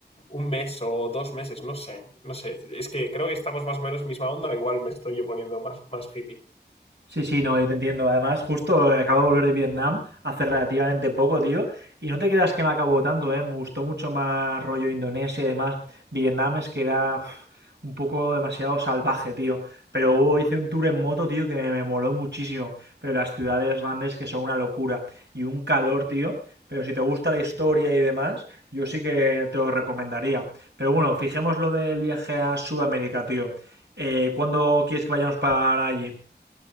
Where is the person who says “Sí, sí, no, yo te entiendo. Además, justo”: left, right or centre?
Right